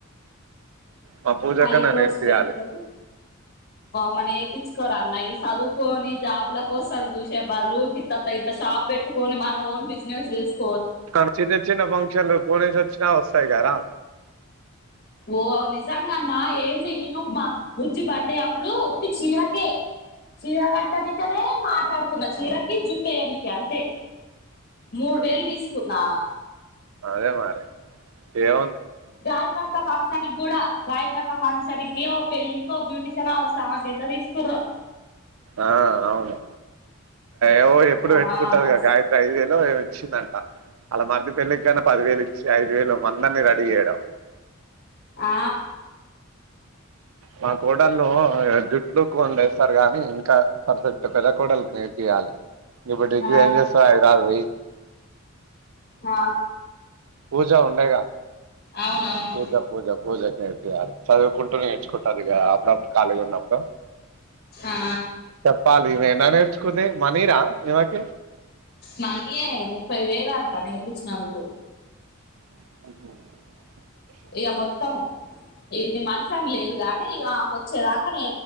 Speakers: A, on the right (about 85°); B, on the left (about 50°).
A: మా పూజకన్నా
B: హై కోర్స్
A: నేర్పియాలి
B: వెయిట్ కూడా మని నేర్పించుకోరా అన్నయి చదువుకొని జాబ్లు కోసం చూసే బాలు ఇ ఇంత షాప్ పెట్టుకొని మన ఓన్ బిజినెస్ చేస్త
A: కానీ చిన్న చిన్న ఫంక్షన్లు కొనేసి వచ్చినా వస్తాయి గారా
B: ఓ నిజంగాఅన్న ఏంది నిను మా బుజ్జి బర్డే అప్పుడు ఒత్తి చీరకే చీర కట్టనికనే మాట్లాడుకున్నా చీరకి జుట్టేయనికి అంతే మూడు వేలు తీసుకుంది అమె
A: అదే మరీ ఏ
B: గాయత్రి అక్క ఫంక్షన్ కూడా గాయత్రి అక్క ఫంక్షన్ కీ పెళ్లికో బ్యూటిషిన్ అవసరమా మాకైంత తీసుకుర్ర
A: ఆ అవును ఏమో ఎప్పుడు
B: ఆ
A: పెట్టుకుంటారు కదా గాయత్రి ఐదేలో ఏమి ఇచ్చిందంట అలా మరది పెళ్లికి కన్నా పది వేలు ఇచ్చి ఐదు వేలు అందరిని రెడీ చేయడం
B: ఆ
A: మా కోడళ్లలో లుక్ వండేస్తారు కానీ ఇంకా పర్ఫెక్ట్ పెద్ద కోడలకి నేర్పియ్యాలి ఇప్పుడు డిగ్రీ
B: ఆ
A: ఏం చేస్తావ్ అందర్వి
B: ఆ
A: పూజ ఉండేగా
B: అవునవును
A: పూజ పూజ పూజ క ఇ చదువుకుంటూనే నేర్చుకుంటుది ఇక అప్పుడప్పుడు ఖాళీగా ఉన్నప్పుడు
B: ఆ
A: చెప్పాలి ఇవేన్న నేర్చుకుని మనీనా ఈమెకి
B: మనీయే ముప్పై వేలు అంట నేర్పించినందుకు
A: ఆహ
B: ఇక మొత్తం ఇది నీ మనస అని లేదు గాని ఇక వచ్చేదాక నే